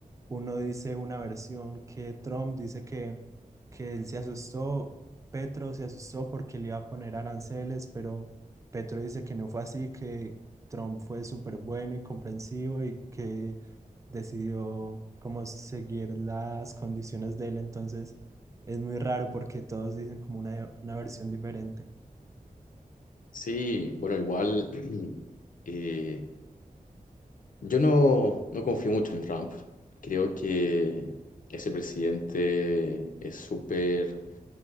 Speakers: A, on the right; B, on the left.
A: uno dice una versión que Trump dice que, que él se asustó, Petro se asustó porque le iba a poner aranceles, pero Petro dice que no fue así, que Trump fue súper bueno y comprensivo y que decidió como seguir las condiciones de él, entonces... Es muy raro porque todos dicen como una, una versión diferente.
B: Sí, bueno, igual. <clears throat> eh, Yo no, no confío mucho en Trump. Creo que ese presidente es súper,